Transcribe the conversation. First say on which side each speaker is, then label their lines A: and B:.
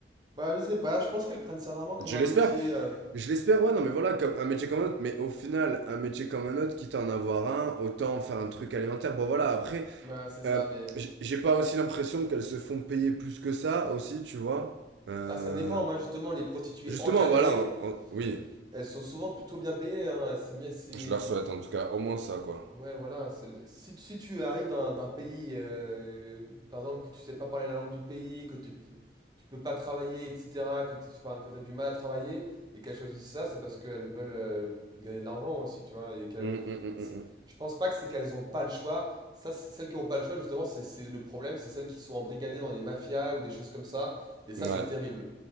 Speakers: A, on the right; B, on the right.
A: Bah, je sais pas, je pense qu'elles prennent ça vraiment comme
B: Je
A: un
B: l'espère.
A: métier. euh.
B: Je l'espère, ouais, non, mais voilà, comme un métier comme un autre. Mais au final, un métier comme un autre, quitte à en avoir un, autant faire un truc alimentaire. Bon, voilà, après,
A: Bah, c'est ça,
B: euh,
A: mais.
B: j'ai j'ai pas aussi l'impression qu'elles se font payer plus que ça, aussi, tu vois. Euh,
A: Bah, ça dépend. Moi, justement, les prostituées
B: Justement,
A: encadrées,
B: voilà, on- on- oui,
A: elles sont souvent plutôt bien payées. hein. C'est bien, c'est
B: Je leur souhaite en tout cas au moins ça, quoi.
A: Ouais, voilà. c'est le- Si, si tu arrives d'un d'un pays, euh, par exemple, que tu sais pas parler la langue du pays, que tu, peux- tu peux pas travailler, etc., que tu, enfin, que t'as du mal à travailler, et qu'elles choisissent ça, c'est parce qu'elles veulent euh, gagner de l'argent aussi, tu vois. Et que
B: Hum, hum, hum,
A: c'est,
B: hum,
A: je pense pas que c'est qu'elles ont pas le choix. Ça, c'est- celles qui ont pas le choix, justement, c'est c'est le problème, c'est celles qui sont embrigadées dans des mafias ou des choses comme ça. Et ça,
B: hum.
A: c'est
B: Ouais.
A: terrible.